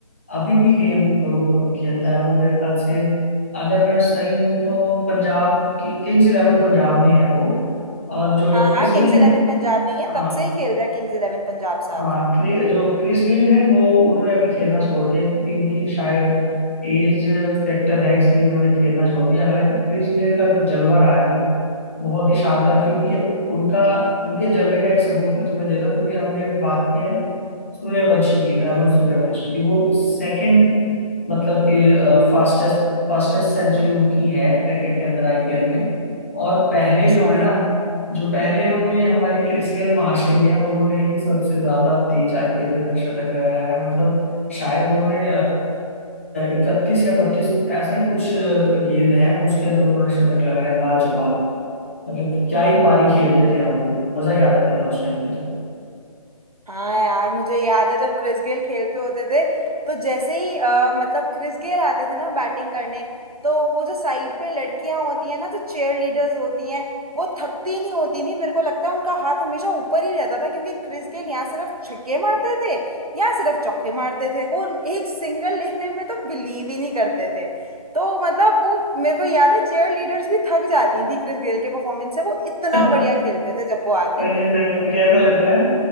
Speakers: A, on the left; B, on the right.
A: अभी भी गेम अ, खेलता है वो मेरे ख्याल से अगर मैं सही हूँ तो पंजाब की किंग्स इलेवन पंजाब में है वो और जो
B: हाँ
A: क्रिस
B: हाँ किंग्स
A: गेल
B: इलेवन
A: है
B: पंजाब में ही है तब
A: हाँ
B: से ही खेल रहा है किंग्स इलेवन पंजाब साथ
A: हाँ क्रि, जो क्रिस गेल है वो उन्होंने अभी खेलना छोड़ दिया क्योंकि उनकी शायद एज फैक्टर है इसलिए उन्होंने खेलना छोड़ दिया हालांकि क्रिस गेल का जो जलवा रहा है ना बहुत ही शानदार क्योंकि उनका उनके जलवे का एक सबूत मैं तुम्हें देता हूँ क्योंकि हमने अभी बात की है सूर्यवंशी की वैभव सूर्यवंशी की वो सेकंड मतलब कि फास्टेस्ट फास्टेस्ट सेंचुरी उनकी है क्रिकेट के अंदर आईपीएल में और पहले
B: अच्छा
A: जो है ना जो पहले है वो ये हमारे क्रिस गेल महाशय ही है उन्होंने ही सबसे ज्यादा तेज आईपीएल के अंदर शतक लगाया है मतलब शायद उन्होंने इकतीस या बत्तीस ऐसा ही कुछ अ, गेंद है उसके अंदर उन्होंने शतक लगाया है। लाजवाब मतलब क्या ही पारी खेलते थे यार वो मजा ही आ जाता था उस टाइम पे तो
B: हाँ यार मुझे याद है जब क्रिस गेल खेलते होते थे तो जैसे ही अ, मतलब क्रिस गेल आते थे ना बैटिंग करने तो वो जो साइड पे लड़कियां होती हैं ना जो चेयर लीडर्स होती हैं वो थकती नहीं होती थी मेरे को लगता है उनका हाथ हमेशा ऊपर ही रहता था क्योंकि क्रिस गेल यहाँ सिर्फ छक्के मारते थे यहाँ सिर्फ चौके मारते थे वो एक सिंगल लेने में तो बिलीव ही नहीं करते थे तो मतलब वो मेरे को याद है चेयर लीडर्स भी थक जाती थी क्रिस गेल के परफॉर्मेंस से वो इतना
A: <laughs>
B: बढ़िया खेलते थे जब वो आते
A: सही
B: थे
A: है सही है मुझे ऐसा लगता है